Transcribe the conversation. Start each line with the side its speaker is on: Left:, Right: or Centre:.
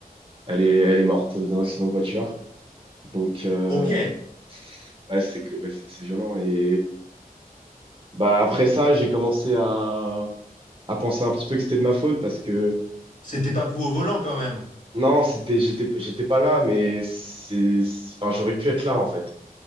Right: elle est, elle est morte d'un accident de voiture. Donc, euh,
Left: Ok,
Right: ouais, c'est que, ouais, c'est c'est violent. Et bah, après ça, j'ai commencé à, à penser un petit peu que c'était de ma faute parce que,
Left: c'était pas vous au volant quand même.
Right: non, c'était, j'étais, j'étais pas là, mais c'est, c'est- enfin, j'aurais pu être là, en fait.